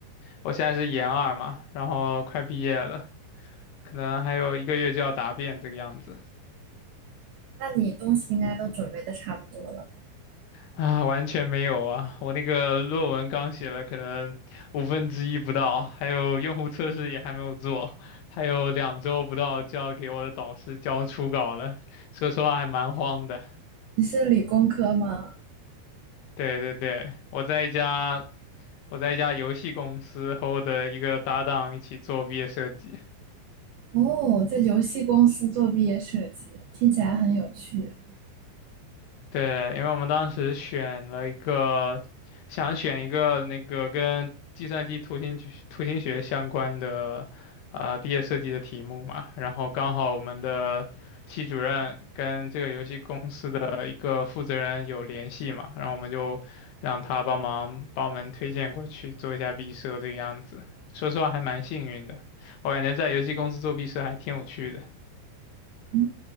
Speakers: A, on the left (about 75°); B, on the right (about 80°).
A: 我现在是研二嘛，然后快毕业了，可能还有一个月就要答辩这个样子。
B: 那你东西应该都准备的差不多了。
A: 啊，完全没有啊！我那个论文刚写了，可能五分之一不到，还有用户测试也还没有做，还有两周不到就要给我的导师交初稿了。说实话还蛮慌的。
B: 你是理工科吗？
A: 对对对，我在一家我在一家游戏公司和我的一个搭档一起做毕业设计。
B: 哦，在游戏公司做毕业设计，听起来很有趣。
A: 对，因为我们当时选了一个，想选一个那个跟计算机图形学图形学相关的啊、毕业设计的题目嘛，然后刚好我们的系主任跟这个游戏公司的一个负责人有联系嘛，然后我们就让他帮忙帮我们推荐过去做一下毕设这个样子。说实话还蛮幸运的，我感觉在游戏公司做毕设还挺有趣的。
B: 嗯，